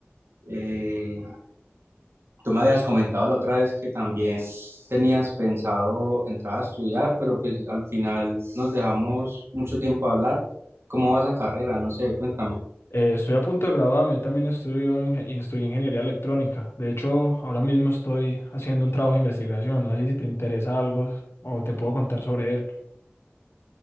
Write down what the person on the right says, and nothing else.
Eh, tú me habías comentado la otra vez que también tenías pensado entrar a estudiar, pero pues al final nos dejamos mucho tiempo a hablar. ¿Cómo va esa carrera? No sé, cuéntame.